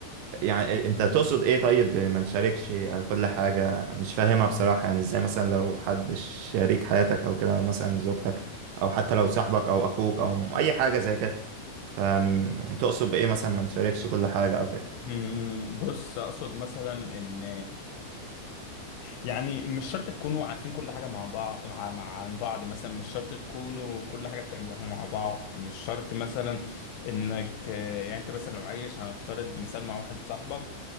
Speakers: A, on the right; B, on the left.
A: يعني انت تقصد ايه طيب ما نشاركش آه، كل حاجة مش فاهمها بصراحة يعني ازاي مثلا لو حد شريك حياتك او كده مثلا زوجتك او حتى لو صاحبك او اخوك او اي حاجة زي كده فتقصد بايه مثلا ما نشاركش كل حاجة او كده
B: مم، بص اقصد مثلا ان يعني مش شرط تكونوا عارفين كل حاجه مع بعض مع, مع عن بعض مثلا مش شرط تكونوا كل حاجه بتعملوها مع بعض مش شرط مثلا انك يعني انت مثلا لو عايش هنفترض مثال مع واحد صاحبك